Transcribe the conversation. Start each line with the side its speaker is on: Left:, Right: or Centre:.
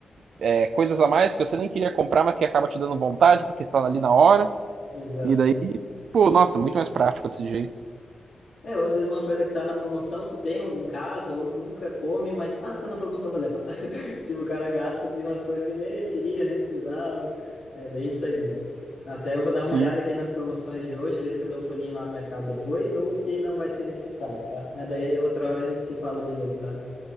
Right: é, coisas a mais que você nem queria comprar, mas que acaba te dando vontade, porque você tá ali na hora.
Left: Exato.
Right: E daí, pô, nossa, muito mais prático desse jeito.
Left: É, ou às vezes uma coisa que tá na promoção, tu tem em casa ou nunca come, mas ah, tá na promoção, vou levar. Tipo, o cara gasta assim, umas coisas que nem queria, nem precisava. É bem isso aí mesmo. Até eu vou dar
Right: Sim.
Left: uma olhada aqui nas promoções de hoje, ver se eu dou um pulinho lá no mercado depois ou se não vai ser necessário, tá? Mas daí outra hora a gente se fala de novo, tá?